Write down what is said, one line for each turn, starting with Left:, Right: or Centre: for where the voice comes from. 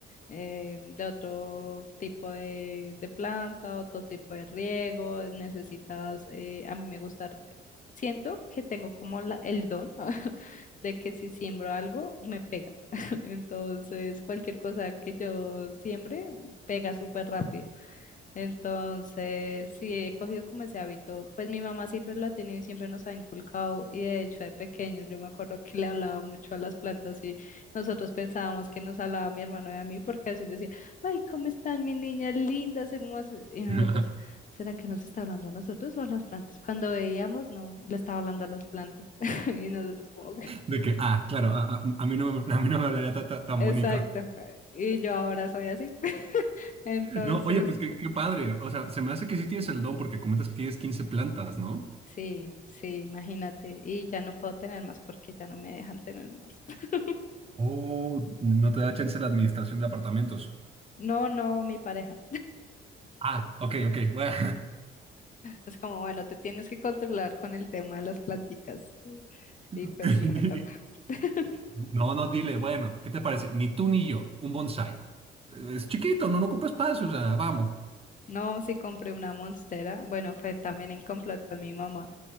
Left: eh, de otro tipo de, de planta, otro tipo de riego, necesitas, eh, a mí me gusta, siento que tengo como la- el don <laughs> de que si siembro algo, me pega. <laughs> Entonces, cualquier cosa que yo siembre, pega súper rápido. Entonces, sí, he cogido como ese hábito. Pues mi mamá siempre lo ha tenido y siempre nos ha inculcado. Y de hecho, de pequeños, yo me acuerdo que <laughs> le hablaba mucho a las plantas y nosotros pensábamos que nos hablaba a mi hermano y a mí, porque así decía, ay, ¿cómo están mis niñas lindas, hermosas? Y nosotros,
Right: <laughs>
Left: ¿será que nos está hablando a nosotros o a las plantas? Cuando veíamos, no, le estaba hablando a las plantas. <laughs> Y nosotros como que,
Right: De que, ah, claro, a, a- a mí no, me- a mí no me hablaría ta- ta- tan
Left: exacto.
Right: bonito.
Left: Y yo ahora soy así. <laughs> Entonces...
Right: No, oye, pues qué, qué padre. O sea, se me hace que sí tienes el don porque comentas que tienes quince plantas, ¿no?
Left: Sí, sí, imagínate. Y ya no puedo tener más porque ya no me dejan tener más. <laughs>
Right: Oh, no te da chance la administración de apartamentos.
Left: No, no, mi pareja.
Right: Ah, ok, ok, bueno.
Left: Es como, bueno, te tienes que controlar con el tema de las planticas.
Right: <laughs>
Left: Y pues sí, me toca. <laughs>
Right: No, no, dile, bueno, ¿qué te parece? Ni tú ni yo, un bonsai. Es chiquito, no, no ocupa espacio, o sea, vamos.
Left: No, sí compré una monstera. Bueno, fue también en complot con mi mamá,